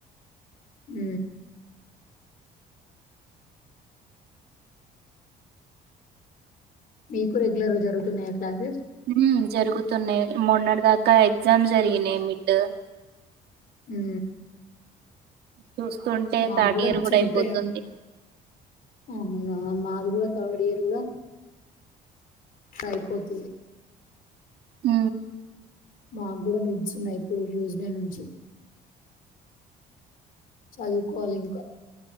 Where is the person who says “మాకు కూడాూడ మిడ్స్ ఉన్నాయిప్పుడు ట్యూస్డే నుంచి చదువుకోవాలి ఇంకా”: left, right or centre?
Left